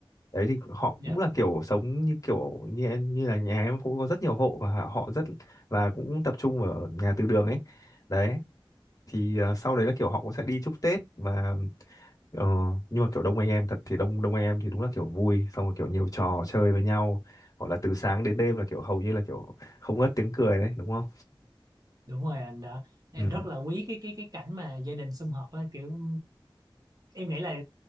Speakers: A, on the left; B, on the right.
A: đấy thì họ
B: dạ
A: cũng là kiểu sống như kiểu như em- như là nhà em cũng có rất nhiều hộ và họ rất và cũng tập trung ở nhà từ đường ấy đấy thì ờ, sau đấy là kiểu họ cũng sẽ đi chúc Tết và Ờ, nhưng mà kiểu đông anh em thật thì đông đông anh em thì đúng là kiểu vui xong rồi kiểu nhiều trò chơi với nhau gọi là từ sáng đến đêm là kiểu hầu như là kiểu không ngớt tiếng cười đấy đúng không
B: đúng rồi anh đã em
A: ừ,
B: rất là quý cái cái cái cảnh mà gia đình sum họp á kiểu em nghĩ là ờ,